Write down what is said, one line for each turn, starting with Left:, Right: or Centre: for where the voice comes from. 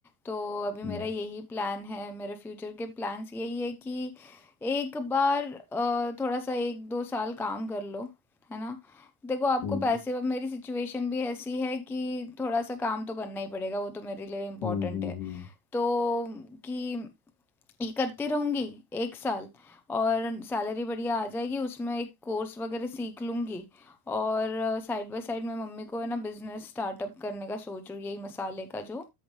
Centre: तो अभी
Left: हम्म
Centre: मेरा यही प्लान है मेरे फ्यूचर के प्लान्स यही है कि एक बार अ, थोड़ा सा एक दो साल काम कर लो है ना देखो आपको
Left: हम्म
Centre: पैसे अब मेरी सिचुएशन भी ऐसी है कि थोड़ा सा काम तो करना ही पड़ेगा वो तो मेरे लिए इम्पोर्टेंट
Left: हम्म हम्म
Centre: है तो कि ये करती रहूँगी एक साल और सैलरी बढ़िया आ जाएगी उसमें एक कोर्स वगैरह सीख लूँगी और साइड बाय साइड मैं मम्मी को है ना बिजनेस स्टार्टअप करने का सोच रही हूँ यही मसाले का जो